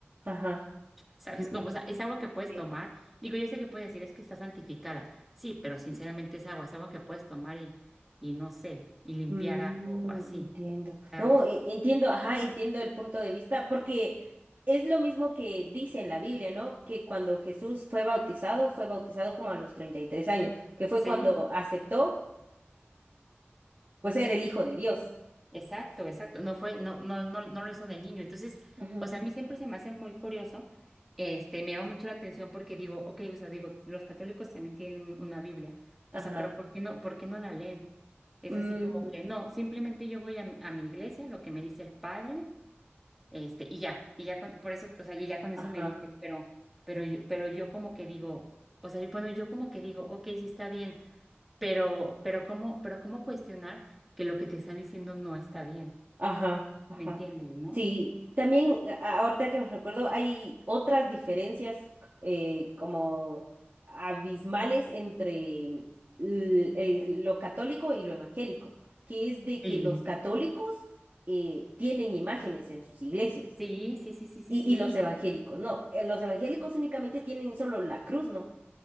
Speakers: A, on the right; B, in the centre.
A: Ajá.
B: ¿Sabes
A: mm,
B: cómo? O sea, es agua que puedes
A: sí,
B: tomar. Digo, yo sé que puedes decir es que está santificada. Sí, pero sinceramente es agua, es agua que puedes tomar y, y no sé, y limpiar
A: mm,
B: algo o así,
A: entiendo.
B: ¿sabes?
A: No, e- entiendo, ajá, entiendo el punto de vista, porque es lo mismo que dice en la Biblia, ¿no? Que cuando Jesús fue bautizado, fue bautizado como a los 33 años, que fue
B: Sí.
A: cuando aceptó. pues era el hijo de Dios.
B: Exacto, exacto. No fue, no, no, no, no lo hizo de niño. Entonces,
A: Ajá.
B: o sea, a mí siempre se me hace muy curioso, este, me llama mucho la atención porque digo, ok, o sea, digo, los católicos también tienen una Biblia.
A: Ajá.
B: O sea, pero ¿por qué no, por qué no la leen? Es
A: Mm,
B: así como que no, simplemente yo voy a, mi a mi iglesia, lo que me dice el padre, este, y ya, y ya con, por eso, o sea, y ya con eso
A: ajá.
B: me dice, pero, pero yo, pero yo como que digo, o sea, yo, bueno, yo como que digo, ok, sí está bien, pero, pero cómo, pero cómo cuestionar que lo que te están diciendo no está bien.
A: Ajá. Ajá.
B: ¿Me entiendes, no?
A: Sí, también eh, a- ahorita que me recuerdo, hay otras diferencias eh, como abismales entre el- el- lo católico y lo evangélico, que es de
B: Sí,
A: que los católicos eh, tienen imágenes en sus iglesias
B: Sí, sí, sí, sí, sí,
A: y,
B: sí.
A: y los evangélicos no. Eh, Los evangélicos únicamente tienen solo la cruz, ¿no?